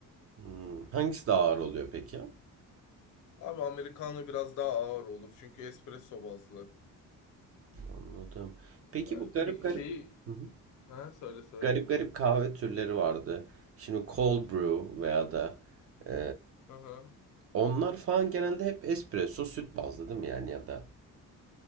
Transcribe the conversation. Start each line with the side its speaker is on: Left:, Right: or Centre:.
Right: Hmm, Hangisi daha ağır oluyor peki?
Left: Abi Americano biraz daha ağır olur çünkü espresso bazlı.
Right: Anladım. Peki
Left: Ee,
Right: bu garip
Left: pek
Right: garip
Left: şeyi...
Right: Hı hı.
Left: Ha, söyle söyle.
Right: garip garip kahve türleri vardı. Şimdi cold brew veya da e,
Left: Aha.
Right: onlar falan genelde hep espresso süt bazlı değil mi yani ya da